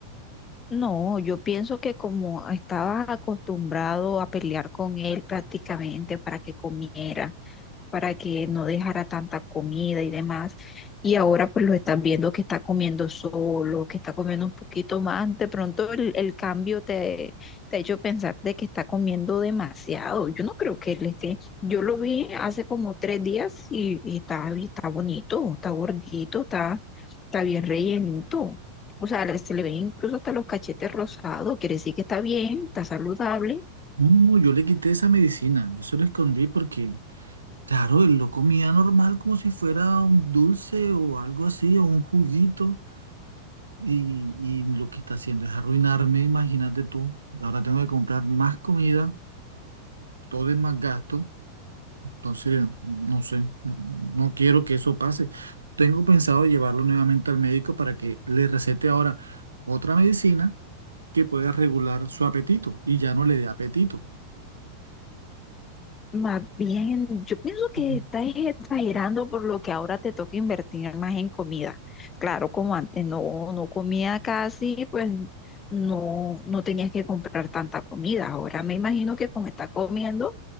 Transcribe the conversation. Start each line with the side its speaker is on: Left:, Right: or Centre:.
Left: No, yo pienso que como estaba acostumbrado a pelear con él prácticamente para que comiera para que no dejara tanta comida y demás. Y ahora pues lo estás viendo que está comiendo solo, que está comiendo un poquito más. De pronto el, el cambio te, te ha hecho pensar de que está comiendo demasiado. Yo no creo que él esté. Yo lo vi hace como tres días y, y está, y está bonito, está gordito, está, está bien rellenito. O sea, le- se le ven incluso hasta los cachetes rosados. Quiere decir que está bien, está saludable.
Right: No, no, no, yo le quité esa medicina. Yo se lo escondí porque, claro, él lo comía normal como si fuera un dulce o algo así o un juguito Y, y lo que está haciendo es arruinarme, imagínate tú. Ahora tengo que comprar más comida, todo es más gasto. Entonces, no sé, no, no quiero que eso pase. Tengo pensado llevarlo nuevamente al médico para que le recete ahora otra medicina que pueda regular su apetito y ya no le dé apetito.
Left: Más bien, yo pienso que
Right: Ujú.
Left: estás exagerando por lo que ahora te toca invertir más en comida. Claro, como antes no, no comía casi, pues no, no tenías que comprar tanta comida. Ahora me imagino que como estás comiendo,